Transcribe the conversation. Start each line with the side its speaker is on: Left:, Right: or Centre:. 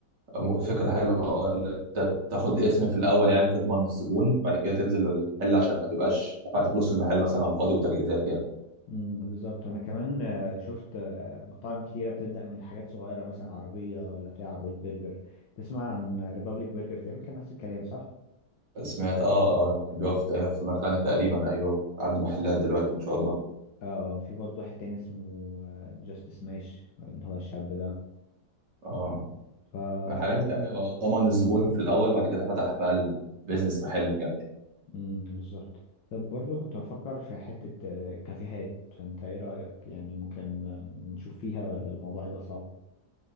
Right: أم- فكره حلوه اه إن انت بتاخد اسم في الاول يعني تضمن الزبون بعد كده تنزل المحل عشان ما تبقاش دفعت فلوس في المحل مثلا على الفاضي وتجهيزات يعني
Left: امم بالظبط انا كمان آه، شفت آه، مطاعم كتيره بتبدا من حاجات صغيره مثلا عربيه ولا بتاع عربيه برجر تسمع عن ريبابليك برجر تقريبا كان نفس الكلام صح
Right: سمعت اه اه كان بيقف في مرغني تقريبا ايوه عنده محلات دلوقتي ما شاء الله
Left: اه آه، في برضه واحد تاني اسمه جاست سماش اللي هو الشاب
Right: اه
Left: ده
Right: الحاجات دي أيوة، ضمن الزبون في الاول بعد كده فتح بقى البيزنس محل كامل
Left: امم بالظبط طب برضو كنت بفكر في حتة آه، كافيهات فانت ايه رأيك يعني ممكن آه، نشوف فيها ولا الموضوع هيبقى صعب